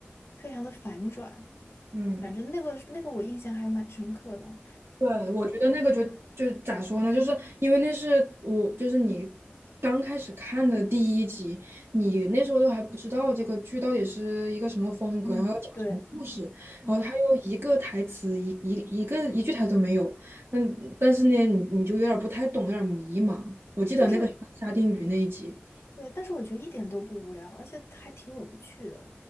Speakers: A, on the left; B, on the right.
A: 非常的反转。
B: 嗯。
A: 反正那个那个我印象还蛮深刻的。
B: 对，我觉得那个就就咋说呢？就是因为那是我，就是你刚开始看的第一集，你那时候都还不知道这个剧到底是一个什么风格，
A: 嗯，
B: 然后要讲什么故事，
A: 对，嗯，
B: 然后他又一个台词一一一个一句台词都没有，嗯，但是呢，你你就有点儿不太懂，有点儿迷茫。我记得那个沙丁鱼那一集，
A: 但是对，但是我觉得一点都不无聊，而且还挺有趣的。